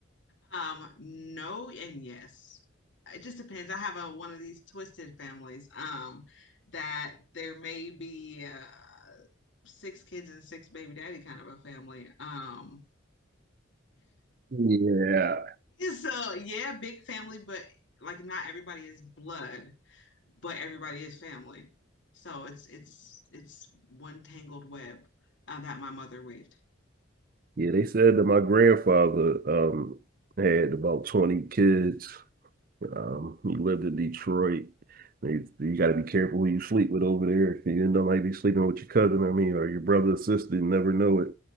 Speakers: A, on the left (about 65°); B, on the right (about 45°).
A: Um, no and yes. It just depends. I have a one of these twisted families. Um, that there may be uh, six kids and six baby daddy kind of a family. Um,
B: Yeah,
A: <laughs> so yeah, big family, but like not everybody is blood, but everybody is family. So it's it's it's one tangled web uh, that my mother weaved.
B: yeah. They said that my grandfather um had about twenty kids. Um, he lived in Detroit. You, you got to be careful who you sleep with over there. If You didn't know might be sleeping with your cousin. I mean, or your brother or sister. You never know it.